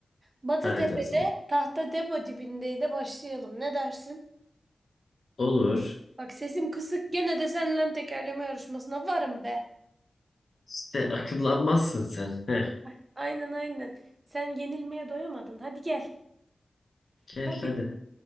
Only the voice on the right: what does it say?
Batıtepe'de
Tahta Depo dibindeydi başlayalım. Ne dersin?
Bak sesim kısık gene de seninle tekerleme yarışmasına varım be.
Ay, Aynen aynen. Sen yenilmeye doyamadın. Hadi gel.
Hadi.